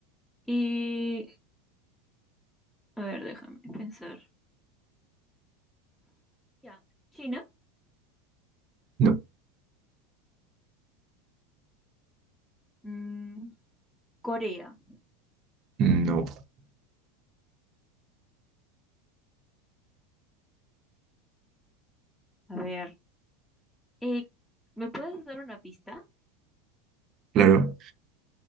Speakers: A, in the centre; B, on the right.
A: Y... A ver, déjame pensar. Ya. China.
B: No,
A: Mm, Corea.
B: no,
A: A ver, eh, ¿me puedes dar una pista?
B: claro.